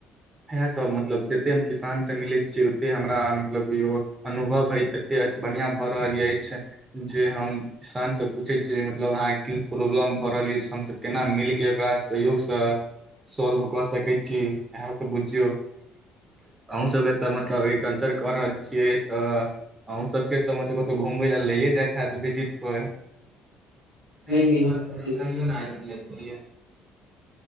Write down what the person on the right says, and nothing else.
इएह सभ मतलब जते हम किसानस मिलै छियै ओते हमरा मतलब कि और अनुभव होइ छै एते बढ़िया भऽ रहल अछि जे हम किसानसँ पूछे छियै मतलब अहाँकेँ प्रॉब्लम भऽ रहल अछि हम सभ केना मिल के ओकरा सहयोग से सॉल्व क सक सै छी इह सभ बुझियो अह सभ के त मतलब एग्रीकल्चर क रहल छी छियै तऽ अहूँ सबके त मतलब कतहु कतहु घुमबै लए जाय हैत विजिट पर
<unintelligible>
कहिओ नहि आबि